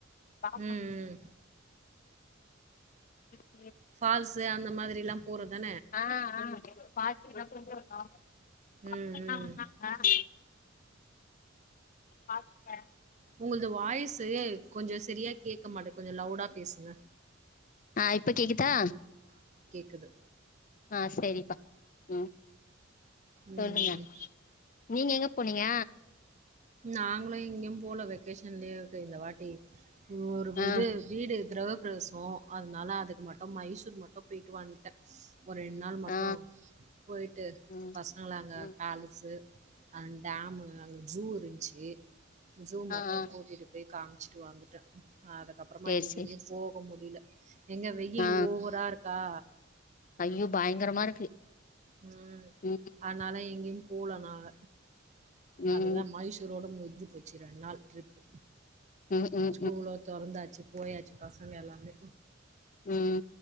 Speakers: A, on the left; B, on the right.
A: <inaudible>
B: ம், ம்.
A: <inaudible>
B: ஃபால்சு அந்த மாதிரில்லா போறதுதா
A: ஆ ஆ ஃபால்ஸுக்லா போயிட்டு வந்தோ <inaudible> வந்தாங்க
B: ம், ம்,
A: பாத்ட்ட
B: உங்கள்து வாய்ஸ்சு கொஞ்சோ சரியா கேக் க்கமாட்டுக் கொஞ்ச லவுடா பேசுங்க
A: ஆ இப்ப கேக்குதா
B: க்குது
A: ஆ செரிப்பா ம்
B: ம்,
A: சொல்லுங்க
B: ம்.
A: நீங்க எங்க போனீங்க
B: நாங்களு எங்கையு போல வெக்கேஷன் லீவுக்கு இந்த வாட்டி ஒரு
A: ஆ
B: இது வீடு கிரஹ பிரசோ அதனால அதுக்கு மட்டு மைசூர் மட்டு பொயிட்டு வன்ட்டே ஒரு ரெண்ட் நாள் மட்டு
A: ஆ
B: பொயிட்டு
A: ம்
B: பசங்கள அங்க
A: ம்
B: பேலஸு அன்ட் டேமு அங்க ஸூ இருந்ச்சி ஷு
A: ஆ
B: மட்டு
A: ஆ
B: கூட்டிட்டு போய் காம்ச்சிட்டு வந்துட்ட அதக்கப்றமா
A: சேரி
B: எங்கேய்மே
A: சேரி
B: போக முடில எங்க வெயில்
A: ஆ
B: ஓவரா இருக் க்கா
A: ஐயோ பயங்கரமா இருக்கு
B: உம்
A: ம்
B: அதனால எங்கேயு போல நாங்க
A: ம்
B: அதுதா
A: ம்
B: மைசூரோட முஞ்சு போச்சி ரெண் நாள் ட்ரிப்பு
A: ம் ம்
B: ஸ்கூலோ தொறந்தாச்சு போயாச்சு பசங்க எல்லாமே
A: உம்